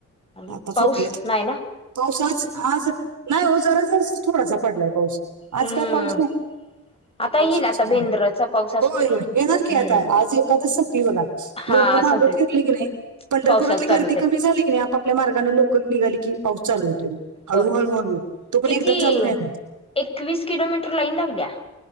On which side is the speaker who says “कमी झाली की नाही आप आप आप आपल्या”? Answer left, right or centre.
Right